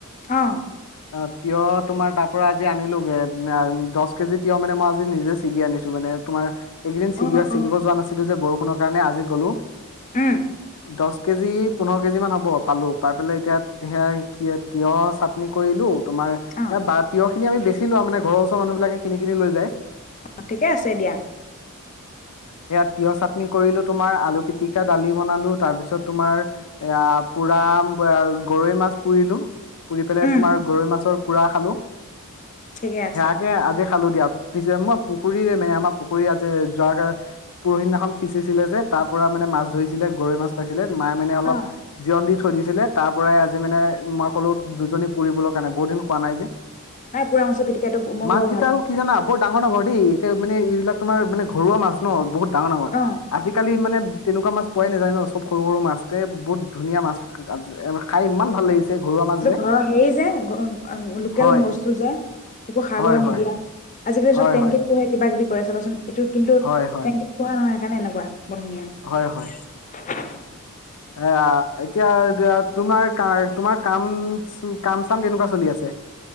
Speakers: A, on the left (about 35°); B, on the left (about 80°).
A: অ
B: আহ কত <unintelligible> তোমাৰ তাৰ পৰা আজি আনিলোগে দহ কেজি তিয়হ মানে মই আজি নিজে ছিগি আনিছো মানে তোমাৰ এইকদিন ছিগা
A: অ অ
B: চিগিব নাছিলো যে বৰষুণত কাৰণে আজি গ'লো-
A: উম
B: দহ এক কেজি পোন্ধৰ কেজিমান হ'ব পালোঁ পাই পেলাই এতিয়া সেয়া তিঁয়হ চাটনি কৰিলোঁ তোমাৰ
A: অ
B: বা তিয়হ খিনি আমি বেছি আছিলো মানে ঘৰ ওচৰ মানুহ বিলাকে কিনি কিনি লৈ যায়
A: অ ঠিকে আছে দিয়া
B: সয়াত তিঁয়হ চাটনি কৰিলোঁ তোমাৰ আলু পিটিকা দালি বনালোঁ তাৰপিছত তোমাৰ পোৰা গৰৈ মাছ পুৰিলোঁ পুৰি পেলাই
A: উম
B: তোমাৰ গৰৈ মাছৰ <unintelligible> পুৰা খালোঁ-
A: ঠিকে আছে
B: সেয়াকে আজি খালো দিয়াত সিঁচে মই পুখুৰীৰে মানে আমাৰ পুখুৰী আ যোৱাে পৰহি দিনাখন সিঁচিছিলে যে তাৰ পৰা মানে মাছ ধৰিছিলে গৰৈ মাছ পাইছিলে মায়ে মানে অলপ
A: অ
B: জীঅন দি থৈ দিছিলে তাৰ পৰাই আজি মানে মই ক'লো দুজনী পুৰিবলৈৰ কাৰণে বহুত দিন পোৱা নাই যে
A: নাই পোৰা মাছৰ পিটিকাটো মই
B: মাছ
A: বৰ
B: কটা
A: ভাল
B: আকৌ
A: পাওঁ
B: কি
A: খাই।
B: জানা বৰ ডাঙৰ ডাঙৰ দেই মানে এইবিলাক তোমাৰ মানে ঘৰুৱা মাছ ন বহুত ডাঙৰ ডাঙৰ
A: অ
B: আজিকালি মানে তেনেকুৱা মাছ পোৱাই নোজানো চব সৰু সৰু মাছতে বহুত ধুনীয়া মাছ খাই ইমান ভাল লাগিছে ঘৰুৱা মাছ
A: এইটো
B: যে
A: ঘৰৰ হেৰি যে লোকেল
B: হয়
A: মসু যে একো সাৰ
B: হয়
A: বৰ নিদিয়া
B: হয়
A: <unintelligible> আজিকালি
B: হয়
A: চব
B: হয়
A: টংকত পোহে কিবা কিবি কৰাই চাবাচোন- এইটো কিন্তু তেকে
B: হয় হয়
A: <unintelligible> খোৱা নহয় কাৰণে এনেকুৱা পনিয়া
B: হয় হয় এ এতিয়া এতিয়া তোমাৰ তোমাৰ কাম কাম চাম কেনেকুৱা চলি আছে